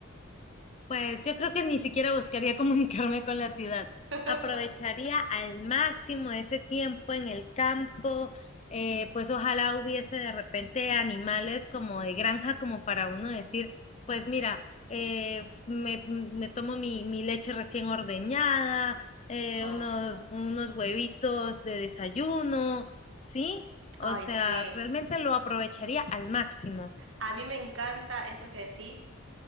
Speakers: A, on the left; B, on the right.
A: Pues yo creo que ni siquiera buscaría <laughs> comunicarme con la ciudad.
B: <laughs>
A: Aprovecharía al máximo ese tiempo en el campo. eh, pues ojalá hubiese de repente animales como de granja, como para uno decir, pues mira, eh, me, me tomo mi, mi leche recién ordeñada, eh,
B: Oh,
A: unos, unos huevitos de desayuno, ¿sí? O
B: Ay,
A: sea,
B: sí.
A: realmente lo aprovecharía al máximo.
B: A mí me encanta eso que decís